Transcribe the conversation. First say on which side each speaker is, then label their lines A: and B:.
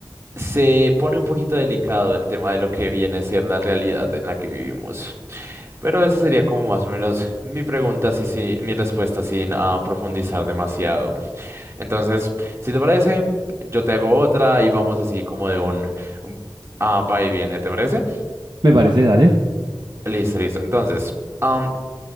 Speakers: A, on the right (about 30°); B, on the right (about 55°).
A: se pone un poquito delicado el tema de lo que viene a ser la realidad en la que vivimos. Pero esa sería como más o menos mi pregunta, sí, sí, mi respuesta sin ah, profundizar demasiado. Entonces, si te parece, yo te hago otra y vamos así como de un un- ah, va y viene, ¿te parece?
B: Me parece, dale.
A: Listo, listo. Entonces, am,